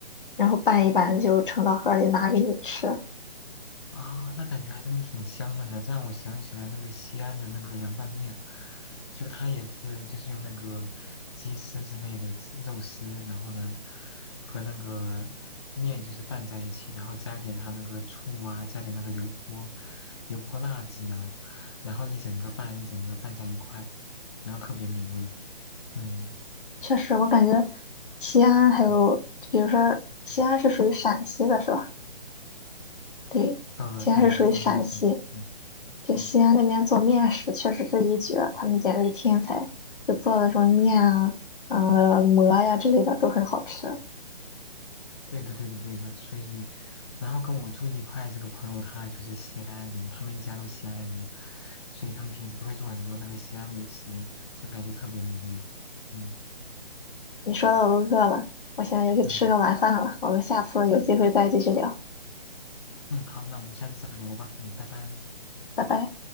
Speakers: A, on the left (about 60°); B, on the left (about 30°).
A: 然后拌一拌就盛到盒儿里拿给你吃。
B: 啊，那感觉还真的挺香的呢。这让我想起来那个西安的那个凉拌面，就它也是就是用那个鸡丝之类的丝肉丝，然后呢和那个面就是拌在一起，然后加一点它那个醋啊，加点那个油泼油泼辣子啊，然后一整个拌一整个拌在一块，然后特别美味。嗯
A: 确实，我感觉西安还有，
B: 嗯。
A: 比如说西安是属于陕西的，
B: 嗯
A: 是吧？对，
B: 呃，
A: 西安是属于陕西，
B: 对，应该是，嗯
A: 就西安那边做面食确实是一绝，
B: 嗯，
A: 他们简直是天才，就做的什么面啊、嗯、馍呀之类的都很好吃。
B: 对的，对的，对的。所以，然后跟我住一块这个朋友，他就是西安人，他们一家都西安人，所以他们平时都会做很多那个西安美食，就感觉特别美味。嗯
A: 你说的我都饿了，我现在要去吃个晚饭了，
B: 嗯
A: 我们下次有机会再继续聊，
B: 嗯，好，那我们下次再聊吧。嗯，拜拜。
A: 拜拜。